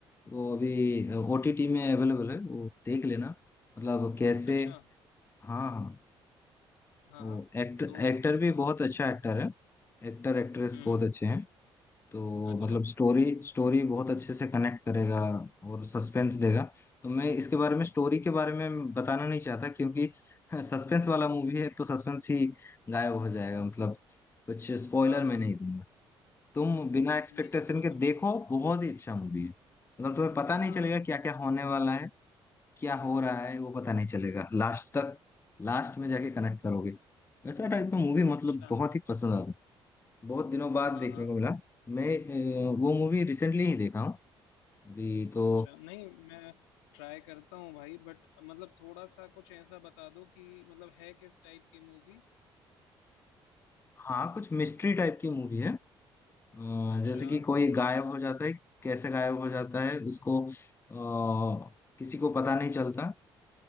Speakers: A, on the left (about 20°); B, on the left (about 80°).
A: वो अभी ओटीटी में अवेलेबल है वो देख लेना मतलब कैसे
B: अच्छा
A: हाँ हाँ।
B: हाँ
A: वो
B: हाँ
A: एक्टर
B: तो
A: एक्टर
B: अ,
A: भी बहुत अच्छा एक्टर है एक्टर एक्ट्रेस
B: हम्म
A: बहुत अच्छे हैं तो
B: अच्छा
A: मतलब स्टोरी स्टोरी बहुत अच्छे से कनेक्ट करेगा और सस्पेंस देगा तो मैं इसके बारे में
B: हम्म
A: स्टोरी के बारे में बताना नहीं चाहता क्योंकि <laughs> सस्पेंस वाला मूवी है तो सस्पेंस ही गायब हो जाएगा मतलब कुछ स्पॉइलर
B: हाँ हाँ
A: मैं नहीं
B: नहीं
A: दूंगा तुम बिना एक्सपेक्टेशन
B: नहीं बिल्कुल
A: के देखो
B: भाई
A: बहुत ही अच्छा मूवी है मतलब तुम्हें पता नहीं
B: हाँ
A: चलेगा
B: हाँ
A: क्या क्या होने वाला है क्या हो रहा है वो पता नहीं चलेगा लास्ट तक लास्ट में जाके कनेक्ट करोगे वैसा टाइप का मूवी मतलब
B: अच्छा
A: बहुत ही पसंद आता है बहुत दिनों बाद
B: हाँ
A: देखने
B: हाँ
A: को मिला मैं अ, वो मूवी रिसेंटली ही देखा हूँ अभी तो
B: अच्छा नहीं मैं ट्राई करता हूँ भाई बट मतलब थोड़ा सा कुछ ऐसा बता दो कि मतलब है किस टाइप की मूवी
A: हाँ कुछ मिस्ट्री टाइप की मूवी है अ,
B: अच्छा
A: जैसे कि कोई गायब हो जाता है कैसे गायब हो जाता है उसको अ, किसी को पता नहीं चलता